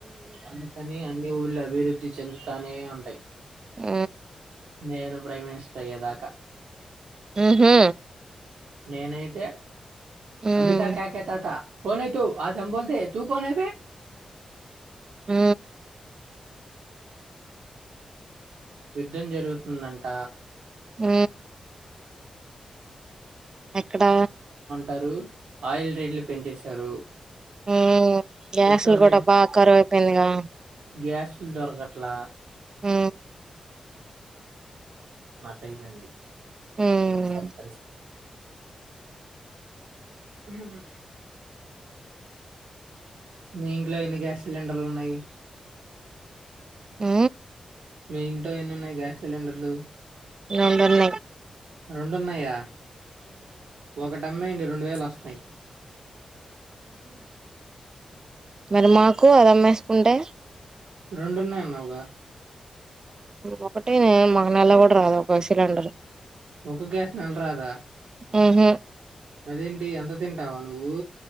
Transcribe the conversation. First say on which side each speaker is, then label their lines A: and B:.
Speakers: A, on the right (about 80°); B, on the right (about 30°).
A: అందుకని అన్ని ఊళ్ళ అభివృద్ధి చెందుతనేే ఉంటయ్
B: ఊ
A: నేను ప్రైమ్ మినిస్టర్ అయ్యేదాక
B: ఊహు
A: నేనైతే
B: ఊమ్
A: అంబికా క్యా కతత కోనే తూ ఆ చంబోల్తే ఎతూ కోనే
B: ఊ
A: యుద్ధం జరుగుతుందంట
B: ఊ ఎక్కడ
A: నరు ఆయిల్ రేట్లు పెంచేశారు
B: ఊ గ్యాస్లు
A: పెట్రోల్
B: కూడా బాగా కరువయిపోయిందిగా
A: గ్యాస్ లు దొరకట్లా
B: ఊ
A: నట్టైపోంది నా
B: హ్మ్.
A: ప్లేస్ ల పరిస్థితి ఉ ఊ మీ ఇంట్ల ఎన్ని గ్యాస్ సిలిండర్లు ఉన్నయ్
B: ఊ
A: మీ ఇంట్లో ఎన్ని ఉన్నాయి గ్యాస్ సిలిండర్లు
B: రెండు ఉన్నయ్
A: రొండున్నాయా ఒకటిమ్మాయిడి రెండు వేలు వస్తున్నాయి
B: మరి మాకు అది అమ్మేసుకుంటే
A: రెండున్నాన్నావుగా
B: ఒకట మగ నెల కూడా రాదు ఒక సిలిండర్
A: ఒక గ్యాస్ నెల రాదా
B: ఆహ
A: అదేంటి ఎంత తింటావా నువ్వు